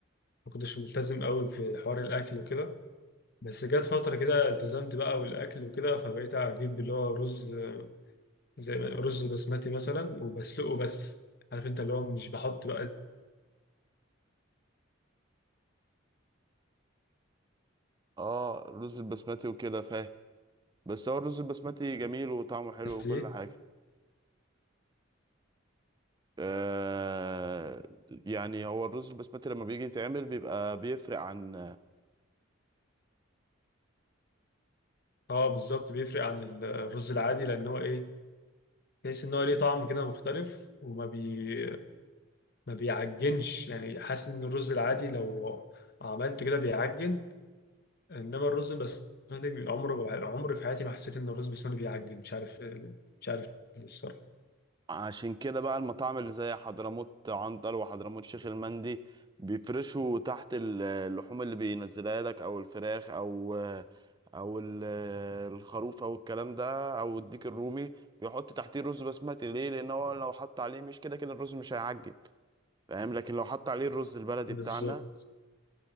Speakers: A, on the left (about 50°); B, on the right (about 20°).
A: ما كنتش ملتزم قوي في حوار الاكل وكده بس جت فتره كده التزمت بقى والاكل وكده فبقيت اجيب اللي هو رز آه، زي ما- رز بسمتي مثلا وبسلقه بس عارف انت اللي هو مش بحط بقى
B: اه الرز البسمتي وكده فاهم بس هو الرز البسمتي جميل وطعمه حلو
A: زيت
B: وكل حاجة آه يعني هو الرز البسمتي لما بيجي يتعمل بيبقى بيفرق عن
A: اه بالظبط بيفرق عن ال- الرز العادي لان هو ايه تحس ان هو ليه طعم كده مختلف وما بي ما بيعجنش يعني حاسس ان الرز العادي لو عملته كده بيعجن انما الرز البسمتي بي- عمره ما- عمري في حياتي ما حسيت ان الرز البسمتي بيعجن مش عارف مش عارف ليه الصراحه
B: عشان كده بقى المطاعم اللي زي حضرموت عنتر وحضرموت شيخ المندي بيفرشوا تحت ال- اللحوم اللي بينزلها لك او الفراخ او او ال- الخروف او الكلام ده او الديك الرومي بيحط تحتيه رز بسمتي ليه لان هو لو حط عليه مش كده كده الرز مش هيعجن فاهم لكن لو حط عليه الرز البلدي
A: بالظبط
B: بتاعنا